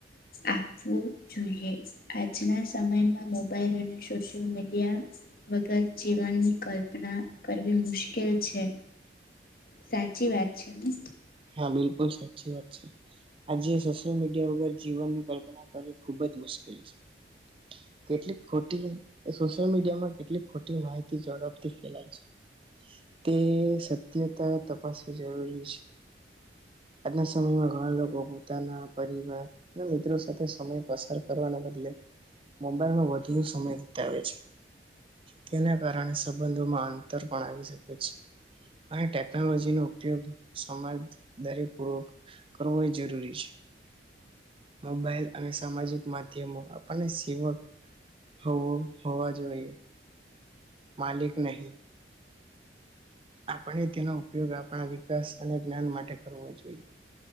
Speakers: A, on the left; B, on the right.
A: આપવું જોઈએ. આજના સમયમાં મોબાઈલ અને સોશિયલ મીડિયા વગર જીવન કલ્પ ના કરવી મુશ્કેલ છે. સાચી વાત છે ને?
B: હા બિલકુલ સાચી વાત છે. આજે સોશિયલ મીડિયા વગર જીવનની કલ્પના કરવી ખુબ જ મુશ્કેલ છે. કેટલીક ખોટી સોશિયલ મીડિયામાં કેટલીક ખોટી માહિતી ઝડપથી ફેલાય છે. તે સત્યતા તપાસવી જરૂરી છે. આજના સમયમાં ઘણા લોકો પોતાના પરિવાર અને મિત્રો સાથે સમય પસાર કરવાના બદલે મોબાઇલમાં વધુ સમય વિતાવે છે. તેના કારણે સંબંધોમાં અંતર પણ આવી શકે છે. અને ટેકનોલોજીનો ઉપયોગ સમજદારી પૂર્વક કરવો એ જરૂરી છે. મોબાઈલ અને સામાજિક માધ્યમો આપણને તેમજ હોવ હોવા જોઈએ. માલિક નહીં. આપણે તેનો ઉપયોગ આપણા વિકાસ અને જ્ઞાન માટે કરવો જોઈએ.